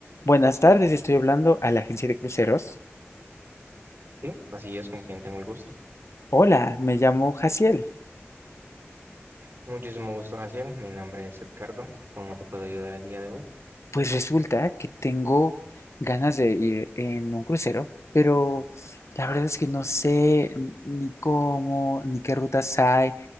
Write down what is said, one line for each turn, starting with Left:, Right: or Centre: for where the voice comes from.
Left: Buenas tardes, estoy hablando a la agencia de cruceros.
Right: Sí, así es, con quien tengo el gusto.
Left: Hola, me llamo Jaciel.
Right: Muchísimo gusto, Jaciel. Mi nombre es Edgardo. ¿Cómo te puedo ayudar el día de hoy?
Left: Pues resulta que tengo ganas de ir en un crucero, pero la verdad es que no sé ni cómo, ni qué rutas hay.